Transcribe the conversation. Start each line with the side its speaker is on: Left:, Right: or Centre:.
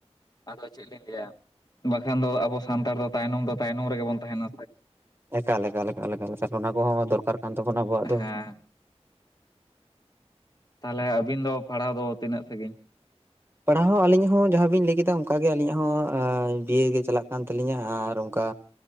Left: ᱟᱫᱚ ᱪᱮᱫ ᱞᱤᱧ ᱞᱟᱹᱭᱟ ᱵᱟᱠᱷᱟᱱ ᱫᱚ ᱟᱵᱚ ᱥᱟᱱᱛᱟᱲ ᱫᱚ ᱛᱟᱭᱱᱚᱢ ᱫᱚ ᱛᱟᱭᱱᱚᱢ ᱨᱮᱜᱮ ᱵᱚᱱ ᱛᱟᱦᱮᱱᱟ ᱥᱮ᱾
Right: ᱮᱠᱟᱞ ᱮᱠᱟᱞ ᱮᱠᱟᱞ ᱮᱠᱟᱞ ᱮᱠᱟᱞ ᱚᱱᱟ ᱠᱚᱦᱚᱸ ᱫᱚᱨᱠᱟᱨ ᱠᱟᱱ ᱛᱟᱵᱚᱱᱟ ᱟᱵᱚᱣᱟᱜ ᱫᱚ
Left: ᱦᱮᱸ ᱛᱟᱦᱞᱮ ᱟᱹᱵᱤᱱ ᱫᱚ ᱯᱟᱲᱦᱟᱣ ᱫᱚ ᱛᱤᱱᱟᱹᱜ ᱥᱟᱹᱜᱤᱧ
Right: ᱯᱟᱲᱦᱟᱣ ᱦᱚᱸ ᱟᱹᱞᱤᱧᱟᱜ ᱦᱚᱸ ᱡᱟᱦᱟᱸ ᱵᱤᱱ ᱞᱟᱹᱭ ᱠᱮᱫᱟ ᱚᱱᱠᱟᱜᱮ ᱟᱹᱞᱤᱧᱟᱜ ᱦᱚᱸ ᱵᱤᱭᱮ ᱜᱮ ᱪᱟᱞᱟᱜ ᱠᱟᱱ ᱛᱟᱹᱟᱞᱤᱧᱟ ᱟᱨ ᱚᱱᱠᱟ